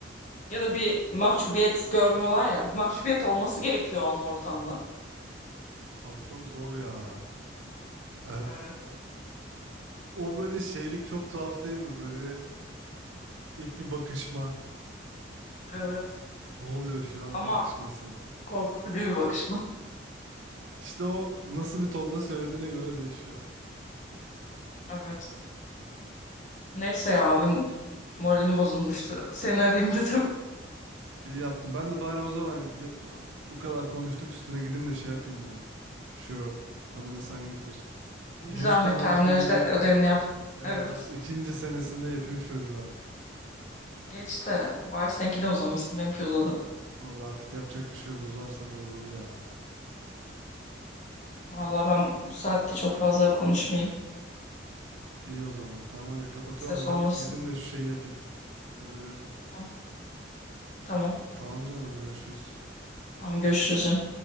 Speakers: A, on the left; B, on the right.
A: Ya da bir mahcubiyet görmüyorlar ya. Mahcubiyet olması gerekiyor o an ortamda.
B: Abi çok zor ya. Ee,
A: Evet,
B: o böyle şeylik çok tuhaf değil mi? Böyle bir- ilk bir bakışma.
A: evet.
B: Ne oluyor şu an
A: Ama
B: bakışması?
A: korkutucu bir bakışma.
B: İşte o nasıl bir tonda söylediğine göre değişiyor.
A: Evet. Neyse ya abim moralim bozulmuştu. Seni arayayım <laughs> dedim.
B: İyi yaptım. Ben de bari o zaman gı- bu kadar konuştuk üstüne gideyim de şey yapayım ya. Şu adını sen getir.
A: Bir
B: 100
A: zahmet
B: tane
A: terminolojide
B: kelime.
A: ödevini yap.
B: Evet
A: Evet.
B: la- ikinci senesinde yapayım şöyle bir artık.
A: Geç de bari seninki de uzamasın. Benimki uzadı.
B: Vallahi artık yapacak bir şey yok. Uzarsa da uzadı ya.
A: Vallahi ben bu saatte çok fazla konuşmayayım.
B: İyi o zaman. Tamam hadi kapatıyorum
A: Ses
B: ben.
A: olmasın.
B: Gideyim de şu şeyi yapayım. Ödevi yapayım.
A: Hı, tamam.
B: Tamam canım hadi görüşürüz.
A: Tamam görüşürüz. canım.